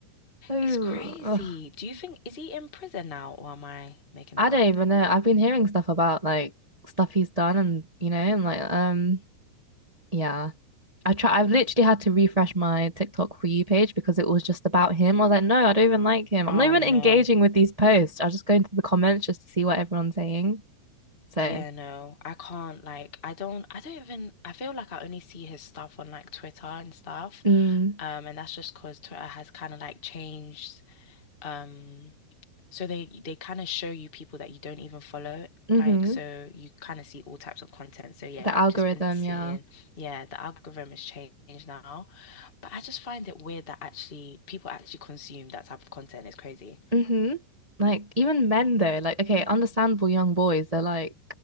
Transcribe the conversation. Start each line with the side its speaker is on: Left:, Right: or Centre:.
Right: oh,
Left: It's crazy.
Right: ugh.
Left: Do you think is he in prison now or am I making
Right: I
Left: that
Right: don't
Left: up?
Right: even know. I've been hearing stuff about like stuff he's done and, you know, and like, um, yeah. I try I've literally had to refresh my TikTok for you page because it was just about him. I was like, no, I don't even like him.
Left: Oh
Right: I'm not even
Left: no.
Right: engaging with these posts. I'll just go into the comments just to see what everyone's saying. So,
Left: Yeah, no, I can't like I don't I don't even I feel like I only see his stuff on like Twitter and stuff.
Right: mm,
Left: Um and that's just 'cause Twitter has kind of like changed um so they they kind of show you people that you don't even follow
Right: hmm
Left: like so you kind of see all types of content. So yeah,
Right: The algorithm,
Left: I've just been seeing
Right: yeah.
Left: yeah, the algorithm has changed now, but I just find it weird that actually people actually consume that type of content. It's crazy.
Right: hmm Like even men though, like okay, understandable young boys, they're like